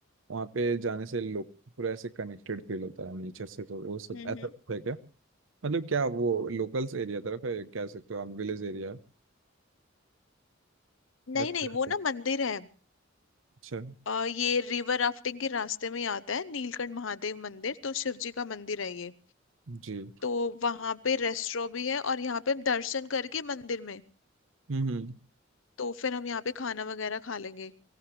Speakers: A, on the right (about 75°); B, on the left (about 75°).
A: वहाँ पे जाने से लोग पूरा ऐसे कनेक्टेड फील होता है नेचर से तो वो सब
B: हम्म
A: ऐसा
B: हम्म।
A: कुछ है क्या मतलब क्या वो लोकल्स एरिया तरफ है कह सकते हो आप विलेज एरिया
B: नहीं
A: या फिर
B: नहीं वो ना मंदिर है
A: अच्छा
B: अ, ये रिवर राफ्टिंग के रास्ते में ही आता है नीलकंठ महादेव मंदिर तो शिव जी का मंदिर है ये
A: जी
B: तो वहां पे रेस्टोरेंट भी है और यहाँ पे हम दर्शन करके मंदिर में
A: हम्म हम्म,
B: तो फिर हम यहाँ पे खाना वगैरह खा लेंगे